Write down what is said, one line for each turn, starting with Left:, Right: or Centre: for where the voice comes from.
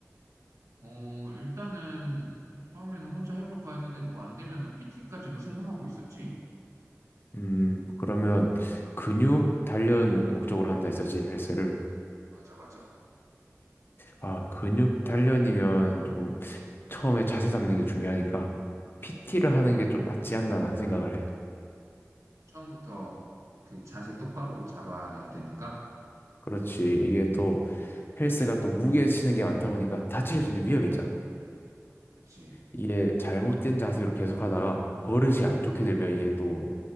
Right: 응. 어, 일단은 처음에는 혼자 해볼까 했는데 뭐 안 되면은 PT까지도 생각하고 있었지.
Left: 음, 그러면 근육 단련 목적으로 한다 했었지, 헬스를.
Right: 맞아, 맞아.
Left: 아, 근육 단련이면 좀 처음에 자세 잡는 게 중요하니까
Right: 응.
Left: PT를 하는 게 좀 낫지 않나 난 생각을 해.
Right: 처음부터 그 자세 똑바로 잡아야 되니까.
Left: 그렇지. 이게 또 헬스가 또 무게 치는 게 많다 보니까 다칠 수 있는 위험이 있잖아.
Right: 그치. 지
Left: 이게 잘못된 자세로 계속 하다가 버릇이 안 좋게 되면 이게 또